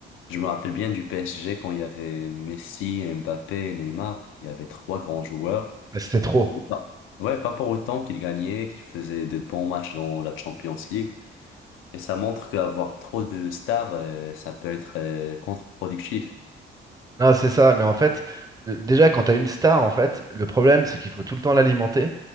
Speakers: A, on the left; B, on the right.
A: je me rappelle bien du PSG quand il y avait Messi, Mbappé, Neymar. Il y avait trois grands joueurs.
B: Bah, C'était trop.
A: Bah, ouais, pas pour autant qu'ils gagnaient, qu'ils faisaient de bons matchs dans la Champions League. Et ça montre qu'avoir trop de stars, euh, ça peut être euh, contre-productif.
B: Ah, c'est ça, mais en fait, le- déjà quand t'as une star, en fait, le problème c'est qu'il faut tout le temps l'alimenter.